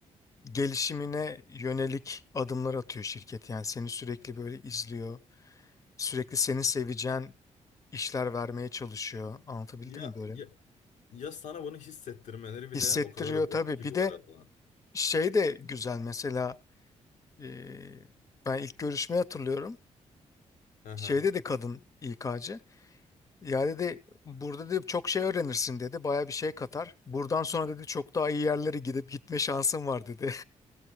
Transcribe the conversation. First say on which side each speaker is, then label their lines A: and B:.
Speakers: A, on the left; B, on the left.
A: gelişimine yönelik adımlar atıyor şirket. Yani seni sürekli böyle izliyor. Sürekli senin seveceğin işler vermeye çalışıyor. Anlatabildim
B: Ya,
A: mi böyle?
B: ya, ya sana bunu hissettirmeleri bile
A: Hissettiriyor
B: o kadar özel
A: tabii.
B: ki
A: Bir
B: bu
A: de
B: arada.
A: şey de güzel mesela e, ben ilk görüşmeyi hatırlıyorum.
B: Hı hı.
A: Şeyde de kadın İK'cı. Ya dedi burada dedi çok şey öğrenirsin dedi. Baya bir şey katar. Buradan sonra dedi çok daha iyi yerlere gidip gitme şansın var dedi.